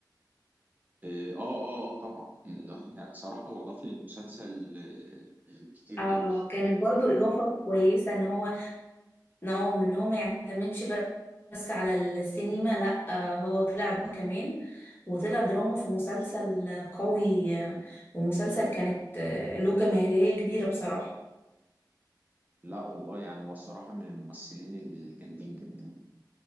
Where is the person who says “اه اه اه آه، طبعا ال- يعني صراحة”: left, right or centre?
Right